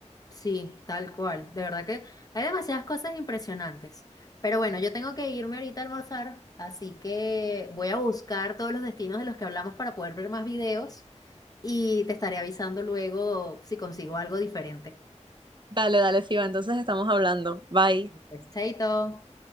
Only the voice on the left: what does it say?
Sí, tal cual. De verdad que hay demasiadas cosas impresionantes. Pero bueno, yo tengo que irme ahorita a almorzar, así que voy a buscar todos los destinos de los que hablamos para poder ver más videos y te estaré avisando luego si consigo algo diferente.
Pues, chaito.